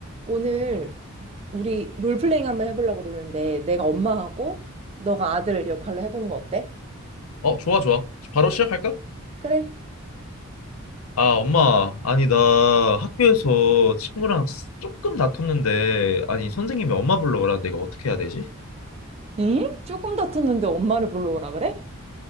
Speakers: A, on the right; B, on the left.
A: 오늘 우리 롤플레잉 한번 해보려고 그러는데 내가 엄마하고 너가 아들 역할로 해보는 거 어때?
B: 어, 좋아, 좋아. 바로 시작할까?
A: 그래.
B: 아, 엄마. 아니, 나 학교에서 친구랑 조금 다퉜는데, 아니, 선생님이 엄마 불러오라는데 이거 어떻게 해야 되지?
A: 응? 조금 다퉜는데 엄마를 불러오라 그래?